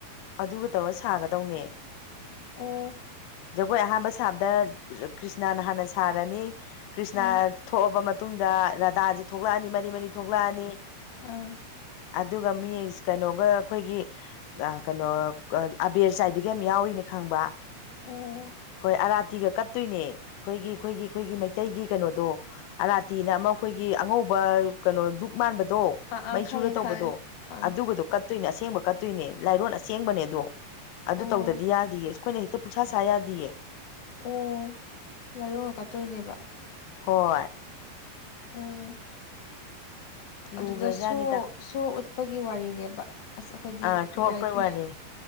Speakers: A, on the left; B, on the left.
A: ꯑꯗꯨꯒ ꯇꯧꯔ ꯁꯥꯒꯗꯧꯅꯦ
B: ꯑꯣ
A: ꯖꯒꯣꯏ ꯑꯍꯥꯟꯕ ꯁꯥꯕꯗ ꯀ꯭ꯔꯤꯁꯅꯥꯅ ꯍꯥꯟꯅ ꯁꯥꯔꯅꯤ ꯀ꯭ꯔꯤꯁꯅꯥ
B: ꯑꯥ
A: ꯊꯣꯛꯑꯕ ꯃꯇꯨꯡꯗ ꯔꯥꯙꯁꯤꯦ ꯊꯣꯛꯂꯛꯑꯅꯤ ꯃꯔꯤ ꯃꯔꯤ ꯊꯣꯛꯂꯛꯑꯅꯤ
B: ꯑꯥ
A: ꯑꯗꯨꯒ ꯃꯤ ꯀꯩꯅꯣꯒ ꯑꯩꯈꯣꯏꯒꯤ ꯀꯩꯅꯣ ꯑꯕꯦꯔ ꯆꯥꯏꯕꯤꯒꯩꯝ ꯌꯥꯎꯔꯤꯅꯤ ꯈꯪꯕ
B: ꯑꯣ
A: ꯍꯣꯏ ꯑꯔꯥꯇꯤꯒ ꯀꯠꯇꯣꯏꯅꯦ ꯑꯩꯈꯣꯏꯒꯤ ꯑꯩꯈꯣꯏꯒꯤ ꯑꯩꯈꯣꯏꯒꯤ ꯃꯩꯇꯩꯒꯤ ꯀꯩꯅꯣꯗꯣ ꯑꯔꯥꯇꯤꯅ ꯑꯃ ꯑꯩꯈꯣꯏꯒꯤ ꯑꯉꯧꯕ ꯀꯩꯅꯣ ꯗꯨꯛ ꯃꯥꯟꯕꯗꯣ
B: ꯑꯥ ꯑꯥ
A: ꯃꯩꯆꯨꯔ
B: ꯈꯪꯉꯦ
A: ꯇꯧꯕꯗꯣ
B: ꯈꯪꯉꯦ ꯈꯪꯉꯦ
A: ꯑꯗꯨꯒꯗꯣ ꯀ ꯀꯠꯇꯣꯏꯅꯦ ꯑꯁꯦꯡꯕ ꯀꯠꯇꯣꯏꯅꯦ ꯂꯥꯏꯔꯣꯟ ꯑꯁꯦꯡꯕꯅꯦ ꯑꯗꯣ ꯑꯗꯨ
B: ꯑꯣ
A: ꯇꯧꯗꯗꯤ ꯌꯥꯗꯌꯦ ꯑꯩꯈꯣꯏꯅ ꯍꯦꯛꯇ ꯄꯨꯁꯥ ꯁꯥ ꯌꯥꯗꯤꯌꯦꯦ
B: ꯑꯣ ꯂꯥꯏꯑꯣꯨꯡꯉꯀꯠꯇꯣꯏꯅꯦꯕ
A: ꯍꯣꯏ
B: ꯑꯣ
A: ꯂꯨꯒ꯭ꯔꯖꯥꯠꯅꯤꯗ
B: ꯑꯗꯨꯗ ꯁꯣ ꯁꯣ ꯎꯠꯄꯒꯤ ꯋꯥꯔꯤꯅꯦꯕ ꯑꯁ ꯑꯩꯈꯣꯏꯗꯤ
A: ꯑꯥ ꯁꯣꯛꯄꯩ
B: ꯌꯥꯏꯈꯤ
A: ꯋꯥꯅꯤꯅꯦ